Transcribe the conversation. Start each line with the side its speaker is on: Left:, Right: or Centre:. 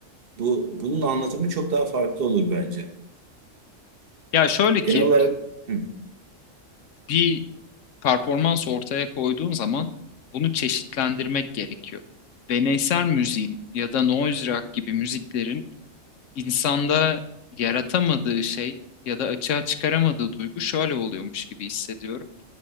Right: Bu bunun anlatımı çok daha farklı olur bence.
Left: Ya şöyle ki
Right: Genel olarak hı,
Left: bir performans ortaya koyduğun zaman bunu çeşitlendirmek gerekiyor. Deneysel müziğin ya da noise rock gibi müziklerin insanda yaratamadığı şey ya da açığa çıkaramadığı duygu şöyle oluyormuş gibi hissediyorum.